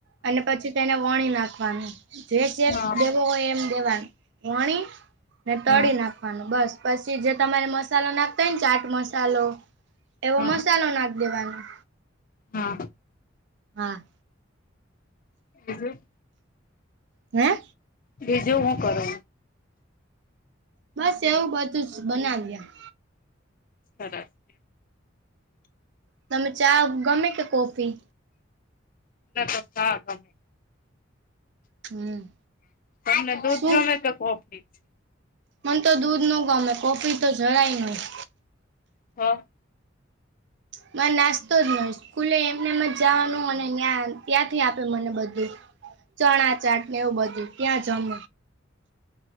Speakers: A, on the right; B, on the left.
A: અને પછી તેને વણી નાખવાનું જે શેપ
B: હા
A: દેવો હોય એમ દેવાનું પછી વણી ને
B: હા
A: તળી નાખ વાનું બસ પછી જે તમારે મસાલો નાખતા હોય ને ચાટ મસાલો એવો
B: હા
A: મસ મસાલો નાખી દેવાનો
B: હા.
A: હા.
B: બીજું
A: હે
B: બીજું હું કરો
A: બસ એવું બધું જ બનાવીયા
B: બરાબર
A: તમને ચા ગમે કે કોફી
B: મને તો ચા ગમે
A: હમ
B: તમને દૂધ
A: શું
B: ગમે કે કૉફી
A: મને તો દૂધ ન ગમે કોફી તો જરાય નહી
B: હા.
A: મને નાસ્તો જ ન સ્કૂલે એમને એમ જ જવાનું અને ત્યાં ત્યાંથી આપે મને બધું ચણા ચાટ ને એવું બધું ત્યાં જમ